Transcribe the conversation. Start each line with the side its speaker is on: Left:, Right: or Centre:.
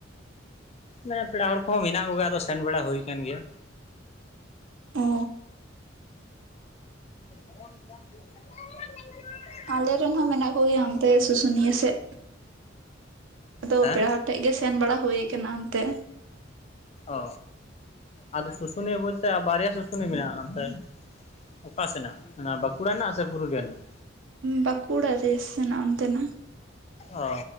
Left: ᱢᱟᱱᱮ ᱯᱮᱲᱟ ᱦᱚᱲ ᱠᱚᱦᱚᱸ ᱢᱮᱱᱟᱜ ᱠᱚ ᱜᱮᱭᱟᱢ ᱟᱫᱚ ᱥᱮᱱ ᱵᱟᱲᱟ ᱦᱩᱭ ᱠᱟᱱ ᱜᱮᱭᱟ᱾
Right: ᱚ
Left: <unintelligible>
Right: ᱟᱞᱮᱨᱮᱱ ᱦᱚᱸ ᱢᱮᱱᱟᱜ ᱠᱚᱜᱮᱭᱟ ᱦᱟᱱᱛᱮ ᱥᱩᱥᱩᱱᱤᱭᱟᱹ ᱥᱮᱫ᱾ ᱟᱫᱚ
Left: ᱦᱮᱸ
Right: ᱯᱮᱲᱟ ᱦᱚᱲ ᱴᱷᱮᱡ ᱜᱮ ᱥᱮᱱ ᱵᱟᱲᱟ ᱦᱩᱭ ᱟᱠᱟᱱᱟ ᱚᱱᱛᱮ᱾
Left: ᱚᱻ ᱟᱫᱚ ᱥᱩᱥᱩᱱᱤᱭᱟᱹ ᱵᱚᱞᱛᱮ ᱵᱟᱨᱭᱟ ᱥᱩᱥᱩᱱᱤᱭᱟᱹ ᱢᱮᱱᱟᱜᱼᱟ ᱚᱱᱛᱮ ᱚᱠᱟ ᱥᱮᱱᱟᱜ ᱚᱱᱟ ᱵᱟᱸᱠᱩᱲᱟ ᱨᱮᱱᱟᱜ ᱥᱮ ᱯᱩᱨᱩᱞᱤᱭᱟᱹ ᱨᱮᱱᱟᱜ?
Right: ᱵᱟᱸᱠᱩᱲᱟ ᱨᱮ ᱥᱮᱱᱟᱜ ᱚᱱᱛᱮᱱᱟᱜ᱾
Left: ᱚᱻ